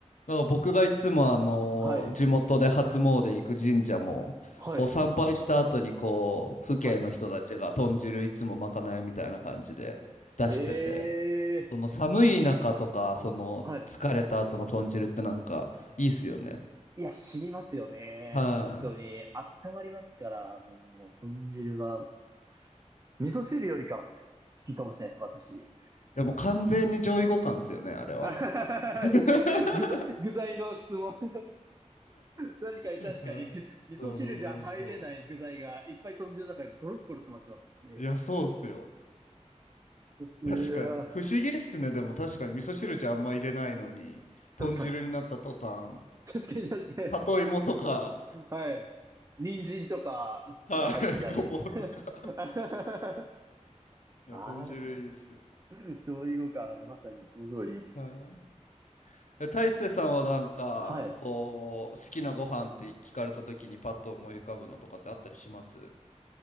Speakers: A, on the left (about 80°); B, on the right (about 25°).
A: なんか僕がいつもあの地元で初詣行く神社もこう参拝した後にこう父兄の人たちが豚汁いつもまかないみたいな感じで出してて
B: はい。はい。はい。ええ
A: その寒い中とかその疲れた後の豚汁ってなんかいいっすよね
B: はい。いや、染みますよね。
A: は
B: 本当に。
A: い
B: 温まりますから、もう、もう豚汁は、味噌汁よりかはす好きかもしれないです、私。
A: いやもう完全に上位互換っすよねあれは
B: <laughs> あはは
A: <laughs>
B: は確かに、具材、具材の質問。<laughs> 確かに、確かに。
A: はいそうそうそうそ
B: 味噌汁じゃ入れない具材がいっぱい豚汁の中にゴロッゴロ詰まってますもんね。
A: ういやそうっすよ
B: うわ、
A: 確かに。不思議っすね。でも確かに味噌汁じゃあんま入れないのに、豚汁になった途端、
B: 確かに。確かに、確かに。
A: 里芋とか、
B: はい。人参とか、
A: <laughs> はい、
B: とか入ってたり。
A: ごぼうとか。
B: <laughs>
A: いや、
B: あ、
A: 豚汁いいっすよね。
B: 調理後からまさにその通りでし
A: はい。え大勢さんはなんか、
B: た。はい。
A: こう、
B: 好
A: 好きなご飯って聞かれた時にパッと思い浮かぶのとかってあったりします